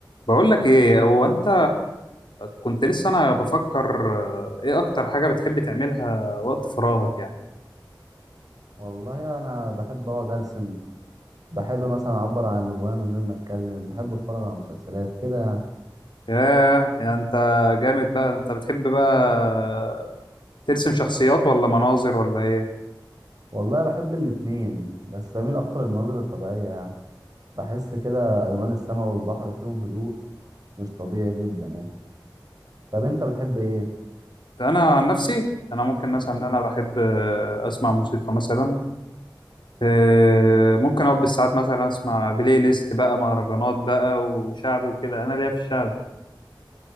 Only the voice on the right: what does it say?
والله انا بحب اقعد ارسم بحب مثلا اعبر عن اللي جوايا من غير ما اتكلم بحب اتفرج على مسلسلات كده يعني
والله بحب الاتنين بس بميل اكتر للمناظر الطبيعية يعني بحس كده الوان السماء والبحر فيهم هدوء مش طبيعي جدا يعني طب انت بتحب ايه
مم.